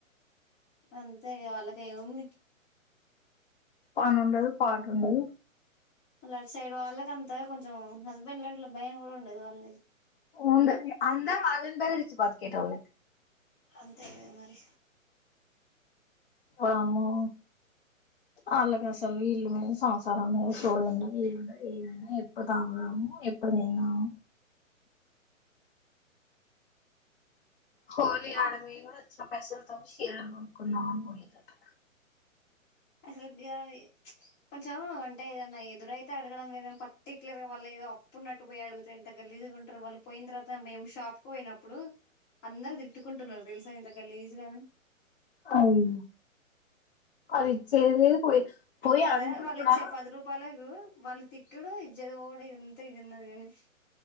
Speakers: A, on the left (about 15°); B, on the left (about 40°).
A: అంతే ఇగ వాళ్ళకు ఏముంది
B: పని ఉండదు పాటుండదు
A: వాళ్ళ అటు సైడ్ వాళ్ళకి అంతా కొంచెం హస్బెండ్ లాంటి భయం కూడా ఉండదు వాళ్ళది
B: ఉండు అందరు వాళ్ళని బెదిరిచ్చి బతికేటోల్లే
A: అంతే కదా మరి
B: వామ్మో అల్లాకసల్ విళ్ళు సంసారం మీద సొయి ఉండదు ఏం ఉండదు ఏమైనా ఎప్పుడు తాగుదాము ఎప్పుడు తిందాము <inaudible> హోలీ ఆడవోయీ కూడా వచ్చిన పైసలు తోనీ శీరలు కోనుకుందామని పోయింరటా
A: <unintelligible> గావే <unintelligible> కొంచెం అంటే ఏదన్నా ఎదురైతే అడగడం వేర్గని పర్టికులర్ గా వాళ్ళ ఏదో అప్పు ఉనట్టు పోయి అడిగితే ఎంత గలి జిసుకుటారు వాళ్ళు పోయిన తర్వాత మేము షాప్ కు పోయినప్పుడు అందరు తిట్టుకుంటున్నారు తెలుసా ఏంత గలీజ్ గా అని
B: అయి అది ఇచ్చేదిలేద్ పోయి పోయి
A: కదా
B: అడుగుడు
A: వాళ్ళు
B: కూడా
A: ఇచ్చే పది రూపాలకు వాళ్ళ తిట్టుడు ఇజ్జత్పోవుడు ఎంత ఇదున్నది కాని